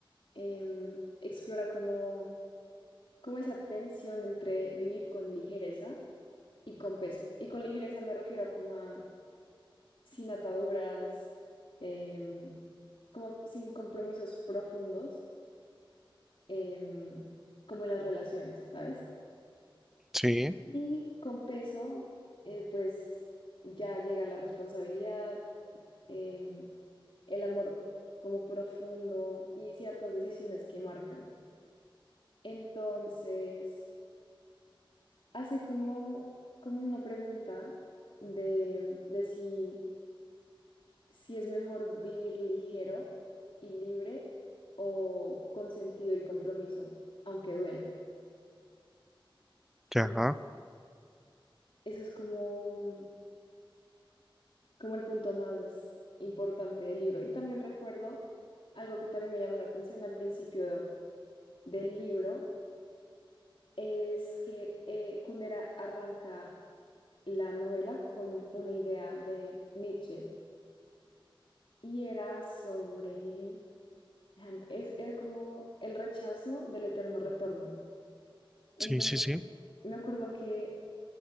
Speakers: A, on the left; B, in the centre.
A: em, explora como, como esa tensión entre vivir con ligereza y con peso. Y con ligereza me refiero como a sin ataduras, em, como sin compromisos profundos, em, como en las relaciones, ¿sabes?
B: Sí,
A: Y con peso, eh, pues ya llega la responsabilidad, em, el amor como profundo y ciertas decisiones que marcan. Entonces, hace como, como una pregunta de, de si si es mejor vivir ligero y libre o con sentido y compromiso, aunque duela.
B: ya,
A: Entonces,
B: ajá.
A: eso es como, mm, como el punto más importante del libro. Y también recuerdo algo que también me llamó la atención al principio del libro, es que eh, Kundera arranca la novela con una idea de Nietzsche y era sobre, déjame- es, era como el rechazo del eterno retorno Entonces,
B: sí, sí, sí.
A: me acuerdo que